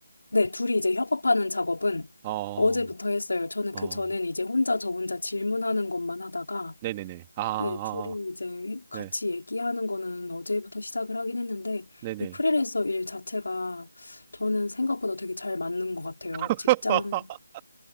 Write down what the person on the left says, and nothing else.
네 둘이 이제 협업하는 작업은
어제부터 했어요. 저는
그 전엔 이제 혼자 저 혼자 질문하는 것만 하다가
네, 둘이
이제 같이
얘기하는 거는 어제부터 시작을 하긴 했는데,
이 프리랜서 일 자체가 저는 생각보다 되게 잘 맞는 것 같아요.
직장,